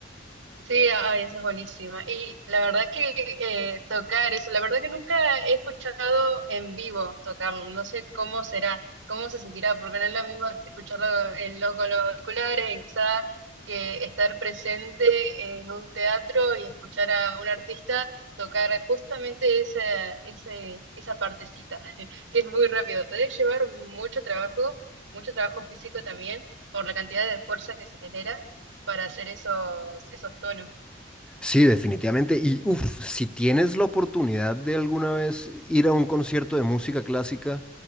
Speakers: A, on the right (about 80°); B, in the centre.
A: Sí, ay, esa es buenísima. Y la verdad que eh, tocar eso, la verdad que nunca he escuchado en vivo tocarlo, no sé cómo será, cómo se sentirá, porque no es lo mismo escucharlo en lo, con los auriculares, en casa, que estar presente en un teatro y escuchar a un artista tocar justamente esa, ese, esa partecita, <laughs> que es muy rápido. Debe llevar mucho trabajo, mucho trabajo físico también, por la cantidad de fuerza que se genera para hacer esos, esos tonos.
B: Sí, definitivamente. Y uff, si tienes la oportunidad de alguna vez ir a un concierto de música clásica,